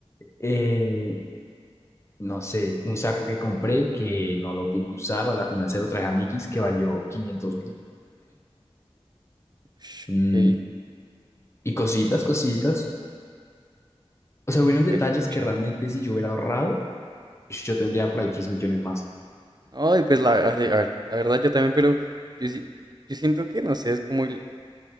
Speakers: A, on the left; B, on the right.
A: Eh, no sé, un saco que compré que no lo pude usar, a la final se lo traje a Mickey's que valió quinientos mil.
B: Ush,
A: Mm,
B: ok.
A: y cositas, cositas. O sea, hubieron detalles
B: Fue pucha.
A: que realmente si yo hubiera ahorrado, yo tendría por ahí 10 millones más.
B: Ay, pues la, a ver, la verdad yo también, pero yo, sí- yo siento que no sé, es como el